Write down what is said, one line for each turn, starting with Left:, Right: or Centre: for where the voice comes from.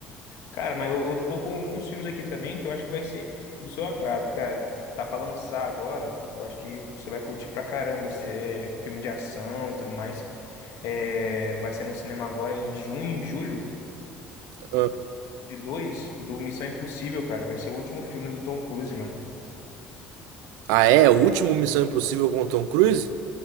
Left: Cara, mas eu, eu tô com alguns filmes aqui também que eu acho que vai ser do seu agrado, cara. Tá pra lançar agora, eu acho que você vai curtir pra caramba. Se é filme de ação e tudo mais. É, vai ser no cinema agora em junho, em julho.
Right: Ah,
Left: de dois do Missão Impossível, cara. Vai ser o último filme do Tom Cruise, mano.
Right: ah, é? O último Missão Impossível com o Tom Cruise?